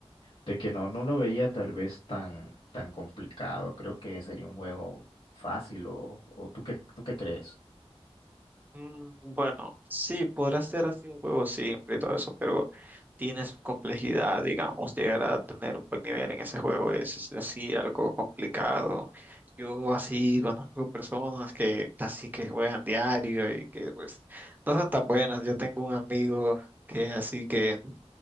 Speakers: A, on the left; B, on the right.
A: de que no, no lo veía tal vez tan, tan complicado. Creo que sería un juego fácil o, o ¿tú qué, tú qué crees?
B: Mm, Bueno, sí, podrá ser así un juego simple y todo eso, pero tiene su complejidad, digamos, llegar a tener un buen nivel en ese juego es, es así algo complicado. Yo así conozco personas que así que juegan diario y que pues no son tan buenas. Yo tengo un amigo que así que,